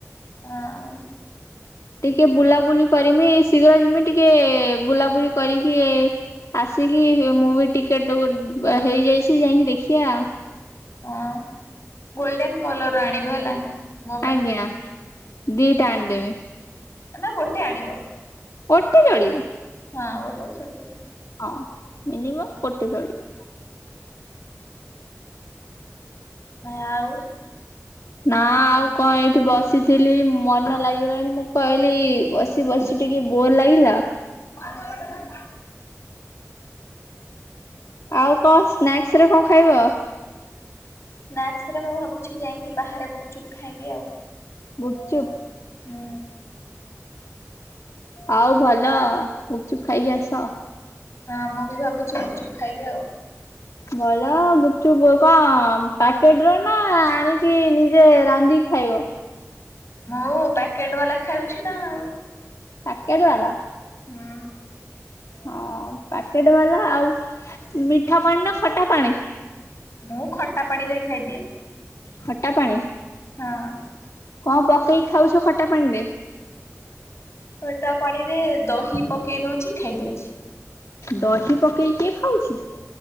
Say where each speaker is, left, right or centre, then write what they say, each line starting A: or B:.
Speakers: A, on the left; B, on the left.
A: ହଁ।
B: ଟିକେ ବୁଲାବୁଲି କରିମି ଶୀଘ୍ର ଯିମି ଟିକେ ବୁଲାବୁଲି କରିକି ଆସିକି ମୁଁ ବି ଟିକେଟ ହେଇଯାଇଛି ଯାଇଁକି ଦେଖି ଆ।
A: ହଁ ବୋଲଡେନ କଲର ର ଆଣିବ ହେଲା। ମୋ
B: ଆଜ୍ଞା
A: ପାଇଁ
B: ଦିଟା ଆଣିଦେବେ।
A: ନା ଗୋଟେ ଆଣିବ।
B: ଗୋଟେ ଚଳିବ।
A: ହଁ ଗୋଟେକୁ ଛିଡ଼ିଯିବ
B: ହଁ ମିନିମମ୍ ଗୋଟେ ଚଳିବ।
A: ନା ଆଉ
B: ନା ଆଉ କଣ ଏଇଠି ବସିଥିଲି ମନ ଲାଗିଲାଣି ମୁଁ କହିଲି ବ ବସି ବସି ଟିକି ବୋର୍ ଲାଗିଲା।
A: <inaudible>
B: ଆଉ କଣ ସ୍ନାକ୍ସରେ କଣ ଖାଇବ?
A: ସ୍ନାକ୍ସରେ ମୁଁ ଭାବୁଛି ଯାଇକି ବାହାରେ ଗୁପଚୁପ୍ ଖାଇବି ଆଉ
B: ଗୁପଚୁପ୍।
A: ହୁଁ।
B: ଆଉ ଭଲ ଗୁପଚୁପ ଖାଇକି ଆସ।
A: ହଁ ମୁଁ ବି ଭାବୁଛିୁ ଗୁପଚୁପ ଖାଇବି ଆଉ
B: ଭଲ ଗୁପଚୁପ କଣ ପ୍ୟାକେଟର ନା ଆଣିକି ନିଜେ ରାନ୍ଧିକି ଖାଇବ?
A: ମୁଁ ପ୍ୟାକେଟ ବାଲା ଖାଉଛି ନା ଆଉ
B: ପାକେଟ ବାଲା।
A: ହୁଁ
B: ହଁ ପାକେଟ ବାଲା ଆଉ ମିଠା ପାଣି ନା ଖଟା ପାଣି।
A: ମୁଁ ଖଟା ପାଣିରେ ଖାଇଦିଏ।
B: ଖଟାପାଣି।
A: ହଁ।
B: କଣ ପକେଇକି ଖାଉଛ ଖଟାପାଣିରେ?
A: ଖଟା ପାଣିରେ ଦହି ପକେଇ ଦଉଛି ଖାଇ ଦଉଛି।
B: ଦହି ପକେଇ କିଏ ଖାଉଛି?